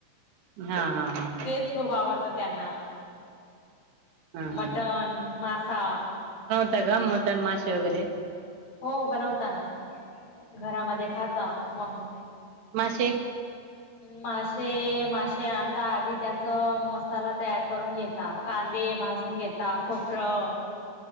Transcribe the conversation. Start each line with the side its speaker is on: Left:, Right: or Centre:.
Right: हा हा हा हा
Left: तेच खूप आवडतं त्यांना.
Right: हा हा
Left: मटन मासा.
Right: सगळ मटन माशे वगैरे
Left: हो बनवता ना घरामध्ये खाताना मम्मी
Right: माशे,
Left: माशे-माशे आणता आदी त्याचा मसाला तयार करून घेता कांद दे भाजून घेता खोपरं